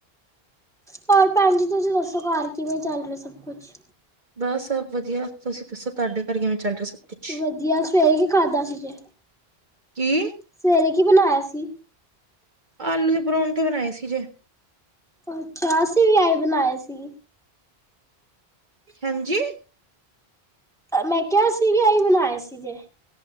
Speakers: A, in the centre; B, on the right.
A: ਪਰ ਭੈਣ ਜੀ ਤੁਸੀਂ ਦੱਸੋ ਘਰ ਕਿਵੇਂ ਚੱਲ ਰੇਆ ਸਭ ਕੁਛ।
B: ਬਸ ਸਭ ਵਧੀਆ ਤੁਸੀ ਦੱਸੋ ਤਾਡੇ ਘਰ ਕਿਵੇਂ ਚੱਲ ਰੇਆ ਸਭ ਕੁਛ?
A: ਵਧੀਆ ਸਵੇਰੇ ਕੀ ਖਾਧਾ ਸੀ ਜੇ?
B: ਕੀ?
A: ਸਵੇਰੇ ਕੀ ਬਨਾਏਆ ਸੀ?
B: ਆਲੂ ਦੇ ਪਰੌਂਠੇ ਬਨਾਏ ਸੀ ਜੇ।
A: ਅੱਛਾ, ਅਸੀ ਵੀ ਐਈ ਬਨਾਏ ਸੀ।
B: ਹਾਂਜੀ।
A: ਮੈਂ ਕੇਆ ਅਸੀ ਵੀ ਐਈ ਬਨਾਏ ਸੀ ਜੇ।